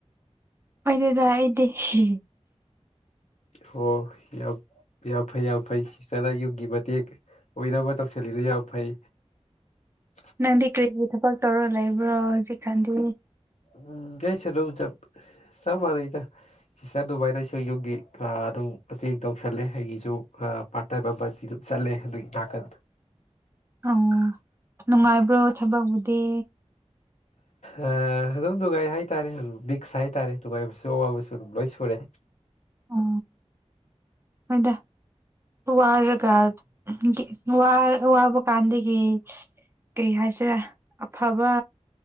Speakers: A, on the right; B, on the left.
A: ꯑꯣꯏꯗꯦꯗ ꯑꯩꯗꯤ ꯍꯤꯍꯤ
B: ꯑꯣ ꯌꯥꯝ ꯌꯥꯝ ꯐꯩ ꯌꯥꯝ ꯐꯩ ꯁꯤꯁꯇ꯭ꯔꯅ ꯌꯨꯝꯒꯤ ꯃꯇꯦꯡ ꯑꯣꯏꯅꯕ ꯇꯧꯁꯤꯜꯂꯤꯗꯣ ꯌꯥꯝ ꯐꯩ ꯁꯁ
A: ꯅꯪꯗꯤ ꯀ꯭ꯔꯤꯒꯤ ꯊꯕꯛ ꯇꯧꯔ ꯂꯩꯕ꯭ꯔꯣ ꯍꯧꯖꯤꯛꯀꯥꯟꯗꯤ
B: ꯎꯝ ꯑꯩꯁꯨ ꯑꯗꯨꯝ ꯆꯞ ꯆꯞ ꯃꯥꯟꯅꯩꯗ ꯁꯤꯁꯇ꯭ꯔ ꯗꯨꯃꯥꯏꯅ ꯑꯩꯁꯨ ꯌꯨꯝꯒꯤ ꯑꯗꯨꯝ ꯑꯥ ꯃꯇꯦꯡ ꯇꯧꯁꯤꯜꯂꯦ ꯑꯩꯒꯤꯁꯨ ꯑꯥ ꯄꯥꯔꯠ ꯇꯥꯏꯝ ꯑꯃꯗꯤ ꯑꯗꯨꯝ ꯆꯠꯂꯦ ꯑꯗꯨꯒꯤ ꯅꯥꯀꯟꯗ
A: ꯑꯣ ꯅꯨꯡꯉꯥꯏꯕ꯭ꯔꯣ ꯊꯕꯛꯕꯨꯗꯤ
B: ꯑꯥ ꯑꯗꯨꯝ ꯅꯨꯡꯉꯥꯏ ꯍꯥꯏꯇꯥꯔꯦ ꯑꯗꯨꯝ ꯃꯤꯛꯁ ꯍꯥꯏꯇꯥꯔꯦ ꯅꯨꯡꯉꯥꯏꯕꯁꯨ ꯑꯋꯥꯕꯁꯨ ꯑꯗꯨꯝ ꯂꯣꯏ ꯁꯨꯔꯦ
A: ꯑꯣ ꯍꯣꯏꯗ ꯋꯥꯔꯒ ꯑꯝ ꯒꯤ ꯋꯥ ꯋꯥꯕ ꯀꯥꯟꯗꯒꯤ ꯁꯁ ꯀ꯭ꯔꯤ ꯍꯥꯏꯁꯤꯔ ꯑꯐꯕ